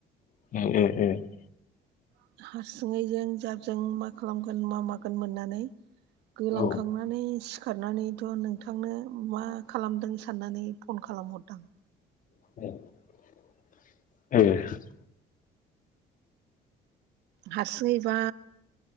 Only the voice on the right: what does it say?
<unintelligible> खालामगोन मा मागोन मोननानै गोलांखांनानै
सिखारनानैथ' नोंथांनो मा खालामदों साननानै फन खालामहरदां
हारसिङैबा